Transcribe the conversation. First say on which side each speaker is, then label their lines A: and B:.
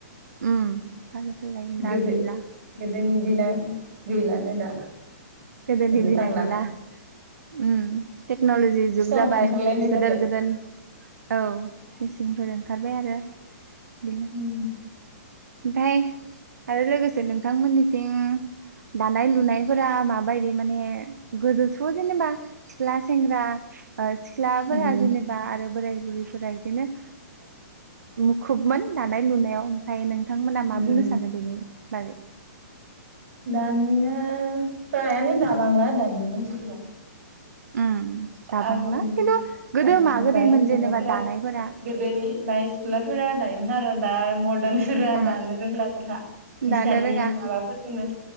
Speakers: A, on the right; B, on the right.
A: उम फालो फालाय
B: गोदो
A: दा गैला।
B: गोदोनि दिना गैलानो दा।
A: गोदोनि
B: नुनो
A: दिना
B: थांला
A: गैला। उम टेक्न'लजि जुग
B: सम
A: जाबाय
B: ओंखारलायनाय
A: गोदोर
B: जाबाय
A: गोदोर औ मेचिनफोर ओंखारबाय आरो बिदिनो
B: उम
A: ओमफाय आरो लोगोसे नोंथांमोननिथिं दानाय लुनायफोरा मा बायदि माने गोदोथ' जेनेबा सिख्ला सेंग्रा सिख्लाफोरा
B: उम
A: जेनेबा बा आरो बोराय बुरैफोरा इदिनो मुखुबमोन दानाय लुनायाव। ओमफ्राय नोंथांमोना मा
B: उम
A: बुंनो सानो बेनि बागै।
B: दानिया प्रायानो दाबांला दानि मानसिफोरा।
A: उम
B: <unintelligible>
A: दाबांला खिन्थु गोदो
B: आग्लानि
A: मा गोदैमोन
B: बाय
A: जेनेबा
B: माबाफोरा
A: दानायफोरा
B: गोदोनि बाय सिख्लाफोरा दायोमोन आरो दा मरदान सोरा
A: उम
B: दानो रोंलानो हा हिसाननि
A: दानो रोङा
B: माबाफोरखौनो